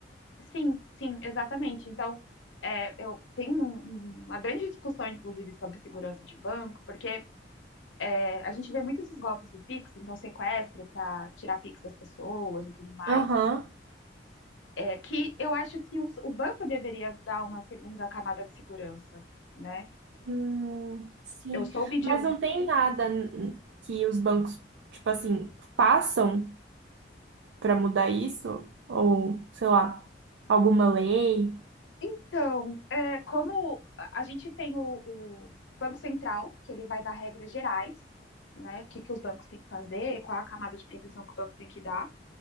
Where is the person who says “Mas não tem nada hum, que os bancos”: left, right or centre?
Right